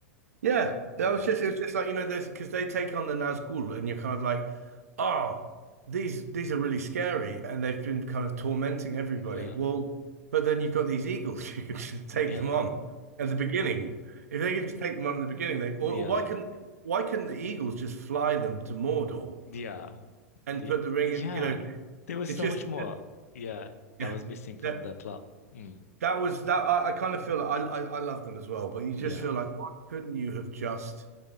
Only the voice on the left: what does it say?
Mm.
Yeah,
yeah,
yeah,
yeah,
yeah,
yeah.
There was
so
much more. Yeah, that
was missing from
the plot. Mm,
yeah,